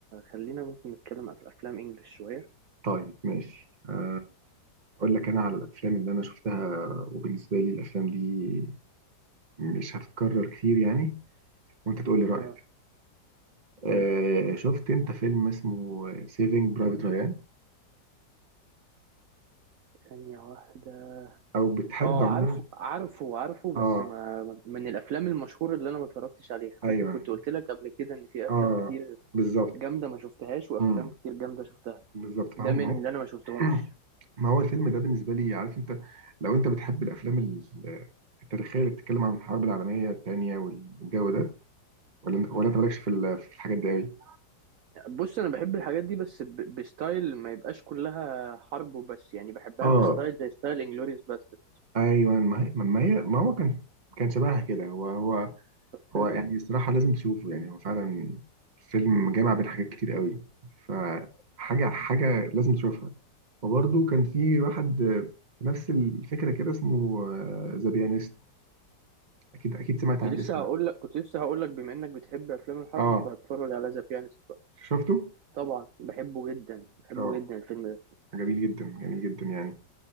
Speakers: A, on the right; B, on the right.
A: خلينا ممكن نتكلم عن افلام انجلش شويه
B: طيب ماشي آه، أقول لك أنا على الأفلام اللي أنا شفتها وبالنسبة لي الأفلام دي مش هتتكرر كتير يعني وأنت تقول لي رأيك
A: اه قول
B: آه،
A: لي
B: شفت أنت فيلم اسمه سيفينج برايفت ريان
A: ثانيه واحده
B: أو بتحب
A: اه
B: عموما
A: عارفه عارفه عارفه بس
B: آه
A: ما من الافلام المشهوره اللي انا ما اتفرجتش عليها
B: أيوه
A: فاكر كنت قلت لك قبل كده ان في افلام
B: آه
A: كتير
B: بالظبط
A: جامده ما شفتهاش وافلام
B: مم،
A: كتير جامده شفتها
B: بالظبط فهم
A: ده من
B: هم
A: اللي انا ما شفتهمش
B: <clears throat> ما هو الفيلم ده بالنسبة لي عارف انت لو انت بتحب الافلام ال- التاريخية اللي بتتكلم عن الحرب العالمية التانية والجو ده ولا ولا انت مالكش في ال- في الحاجات دي قوي
A: بص انا بحب الحاجات دي بس ب- بستايل ما يبقاش كلها حرب وبس يعني بحبها
B: اه
A: بستايل زي ستايل انجلوريوس باسترد
B: ايوه ما هي ما هي ما هو كان كان شبهها كده هو هو
A: حلو
B: هو يعني الصراحة لازم تشوفه يعني هو فعلا فيلم جامع بين حاجات كتير قوي فحاجة حاجة لازم تشوفها وبرده كان في واحد آه، في نفس الفكرة كده اسمه ذا بيانيست اكيد اكيد سمعت
A: كنت
B: عن
A: لسه
B: الاسم
A: هقول
B: ده
A: لك كنت لسه هقول لك بما انك بتحب افلام الحرب
B: اه
A: فهتفرج على ذا بيانست بقى
B: شفته
A: طبعا بحبه جدا بحبه
B: اه
A: جدا الفيلم ده
B: جميل جدا جميل جدا يعني